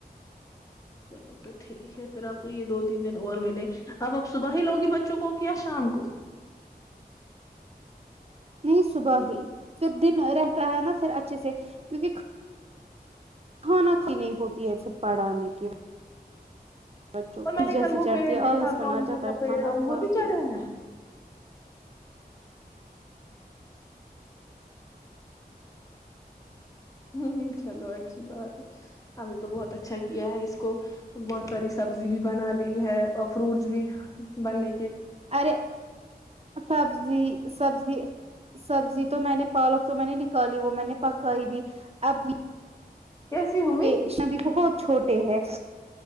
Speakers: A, on the left (about 20°); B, on the right (about 40°).
A: چلو پھر ٹھیک ہے پھر آپ کو یہ دو تین دن اور ملے اپ اپ صبح ہی لوگی بچوں کو یا شام کو
B: نہیں صبح ہی پھر دن رہتا ہے نا پھر اچھے سے کیونکہ کھانک نہیں ہوتی ہے پھر پرھانے کی بچوں
A: اور
B: کو
A: میں نے
B: جیسے
A: کل وہ
B: چڑھتی
A: پیڑ
B: ہے
A: دیکھا
B: آلس
A: اپا
B: پن آ
A: انگور
B: جاتا
A: کا
B: ہے
A: پیڑ
B: کھانا
A: انگور
B: کھا
A: بھی
B: کے
A: چڑھے ہیں ہوں چلو اچھی بات ہے ہم نے تو بہت اچھا کیا ہے اس کو بہت پری سبزی بھی بنا لی ہے اور فروٹس بھی بننے کے
B: ارے سبزی سبزی سبزی تو میں نے پالک تو میں نے نکالی وہ میں نے پکائی بھی اب
A: کیسی ہوئی
B: انشا بھی بہت چھوٹے ہے